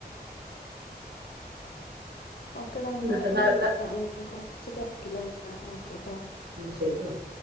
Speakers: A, on the left; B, on the right.
A: ഓക്കേടാ എന്നാ
B: എന്നിട്ട് കാ
A: വിളിക്കാം
B: കാ
A: കൊറച്ച് തെരക്കിലാണ് ന്നാ ഓക്കെ ട്ടോ
B: ശെരി ഓഹ്